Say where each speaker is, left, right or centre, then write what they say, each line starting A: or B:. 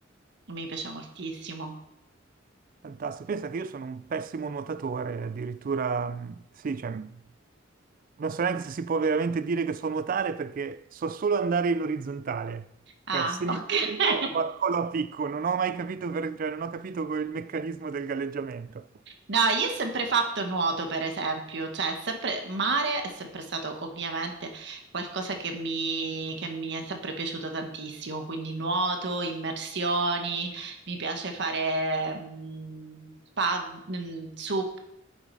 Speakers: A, on the right; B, on the right.
A: Mi piace moltissimo.
B: Fantastico. Pensa che io sono un pessimo nuotatore, addirittura, mh, sì, cioè, non so neanche se si può veramente dire che so nuotare perché so solo andare in orizzontale. Cioè,
A: Ah,
B: se
A: ok.
B: mi fermo,
A: <laughs>
B: vado solo a picco, non ho mai capito, per- cioè, non ho capito quel meccanismo del galleggiamento.
A: No, io ho sempre fatto nuoto, per esempio, cioè sempre mare è sempre stato ovviamente qualcosa che mi, che mi è sempre piaciuto tantissimo, quindi nuoto, immersioni, mi piace fare mh, pad, mh, su